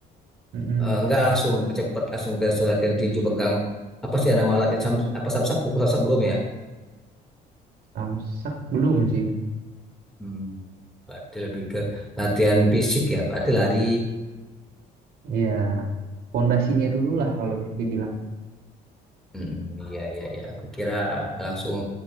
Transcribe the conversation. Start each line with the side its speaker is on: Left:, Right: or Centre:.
Right: Mm-mm.
Centre: Eh, nggak langsung cepet langsung ke latihan tinju pegang apa sih nama alatnya Sam, apa samsak pukul samsak belum ya
Right: Samsak belum sih
Centre: Hmm. Berarti lebih ke latihan fisik ya, berarti lari.
Right: ya pondasinya dulu lah kalau bisa dibilang
Centre: Hmm, iya iya iya. Aku kira langsung